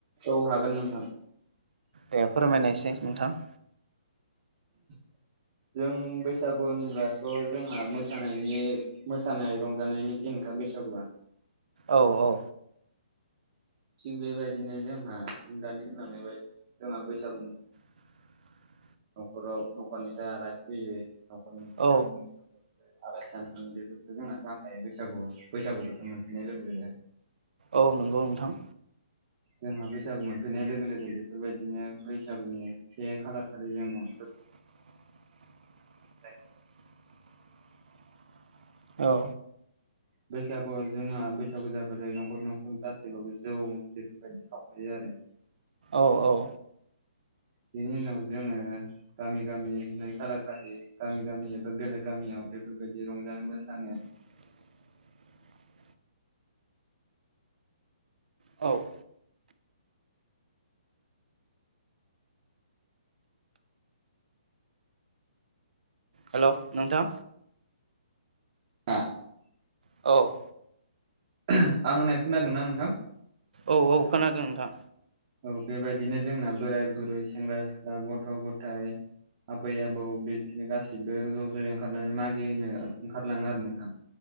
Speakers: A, on the right (about 40°); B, on the right (about 80°).
A: औ हागोन नोंथां
B: दे फोरमायनायसै नोंथां
A: <inaudible> जों बैसागु होनब्लाथ' जोंहा मोसानायनि मोसानाय रंजानायनि दिनाव बैसागुआ
B: औ-औ
A: थिग बेबायदिनो जोंहा <unintelligible> दानि होनलांनाय जोंहा बैसागु <unintelligible>
B: <inaudible>
A: न'खराव न'खरनिफ्राय आलासि फैयो न'खरनि
B: औ
A: जोंनि आलासि जानो थाङो बेफोरथ' जोंना जाखायो बैसागु बैसागु बोथोर मोनफैनाय लोगो लोगो
B: औ नंगौ नोंथां
A: जोंहा बैसागु मोनफैनाय लोगो लोगो बेफोरबायदिनो बैसागुनि से खालार खालि जोङो
B: <inaudible>
A: जायो
B: औ
A: बैसागुआ जोंहा बैसागु जाबा जायो न'खर न'खर गासैबाबो जौ बेफोरबायदि सावहैयो आरो <unintelligible>
B: औ-औ
A: बेनि उनाव जोङो गामि गामि नै खालार खालि गामि गामि एबा बेलेग गामियाव बेफोरबायदि रंजानो मोसानो
B: <inaudible> औ हेलौ नोंथां
A: <unintelligible>
B: औ
A: आं होननायखो खोनादोंना नोंथां?
B: औ औ खोनादों नोंथां
A: औ बेबायदिनो जोंना बोराय बुरै सेंग्रा सिख्ला गथ' गथाय आबै आबौ बिदिनो गासिबो ज' ज'यै ओंखारनानै मागिहैनो ओंखारलाङो आरो नोंथां।